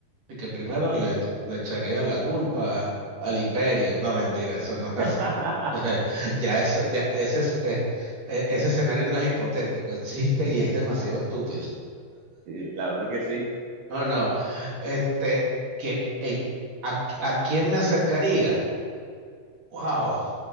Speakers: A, on the right (about 50°); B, on the right (about 70°).
A: Y que primero le, le echaría la culpa al imperio. No, mentira, eso no es así.
B: <laughs>
A: <laughs> Ya eso, ya ese, es- eh, eh, ese escenario no es hipotético, existe y es demasiado estúpido.
B: Sí, la verdad es que sí,
A: No, no. Este, que en, a, ¿a quién me acercaría? Wow.